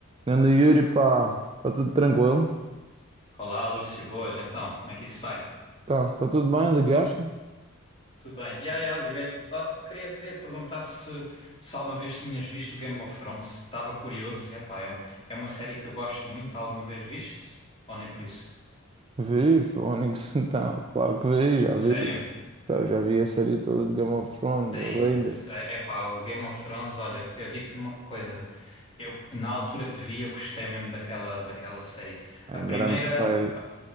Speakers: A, on the right; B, on the left.
A: Grande Yuri, pá, está tudo tranquilo?
B: Olá, Lúcio, boas, então, como é que isso vai?
A: Tá, tá tudo bem? Ligaste-me?
B: Tudo bem? Ya, ya, liguei-te. Ah, queria, queria te perguntar se, se alguma vez tinhas visto o Game of Thrones. Estava curioso, epá, é, um- é uma série que eu gosto muito. Alguma vez viste? Ou nem por isso?
A: Vi, Fónix, <laughs> então, claro que vi, já
B: A
A: vi.
B: sério?
A: Então, já vi a série toda de Game of Thrones,
B: É
A: é
B: isso.
A: linda.
B: É, epá, o Game of Thrones, olha, eu digo-te uma coisa. Eu, na altura que vi, eu gostei mesmo daquela, daquela série.
A: É
B: A primeira.
A: grande série,